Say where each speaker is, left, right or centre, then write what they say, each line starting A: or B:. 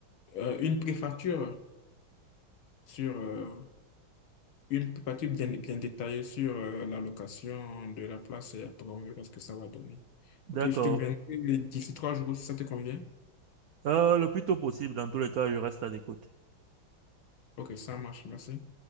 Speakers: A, on the left (about 85°); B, on the right (about 65°).
A: euh, une préfacture sur euh, une préfacture bien, bien détaillée sur euh, la location de la place et après on verra ce que ça va donner.
B: D'accord.
A: Ok, je te reviendrai d'ici trois jours si ça te convient.
B: Euh, le plus tôt possible, dans tous les cas, je reste à l'écoute.
A: Ok, ça marche, merci.